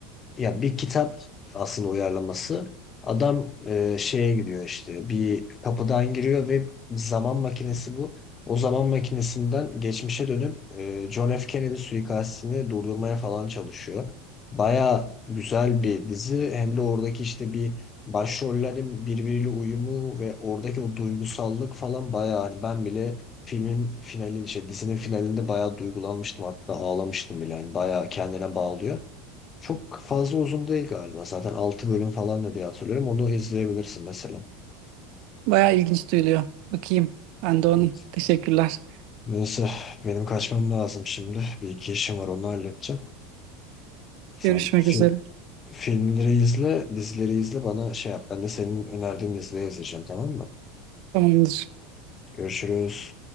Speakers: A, on the left; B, on the right.
A: Ya bir kitap aslında uyarlaması. Adam e, şeye giriyor işte bir kapıdan giriyor ve zaman makinesi bu. O zaman makinesinden geçmişe dönüp e, John F. Kennedy suikastini durdurmaya falan çalışıyor. Baya güzel bir dizi. Hem de oradaki işte bir başrollerin birbiriyle uyumu ve oradaki o duygusallık falan baya hani ben bile filmin finalin işte dizinin finalinde bayağı duygulanmıştım hatta ağlamıştım bile. Yani bayağı kendine bağlıyor. Çok fazla uzun değil galiba. Zaten 6 bölüm falan da diye hatırlıyorum. Onu izleyebilirsin mesela.
B: Bayağı ilginç duyuluyor. Bakayım. Ben de onu.
A: Evet.
B: Teşekkürler.
A: Neyse benim kaçmam lazım şimdi. Bir iki işim var onu halledeceğim.
B: Görüşmek
A: Sen
B: üzere.
A: fi- filmleri izle, dizileri izle bana şey yap. Ben de senin önerdiğin dizileri izleyeceğim tamam mı?
B: Tamamdır.
A: Görüşürüz.